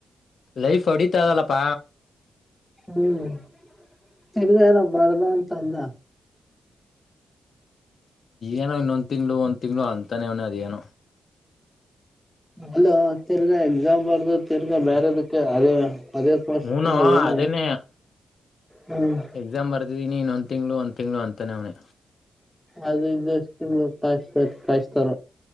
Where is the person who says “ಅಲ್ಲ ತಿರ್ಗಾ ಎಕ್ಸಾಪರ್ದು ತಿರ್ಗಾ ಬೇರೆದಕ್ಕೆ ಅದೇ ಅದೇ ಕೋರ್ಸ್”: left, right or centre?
Centre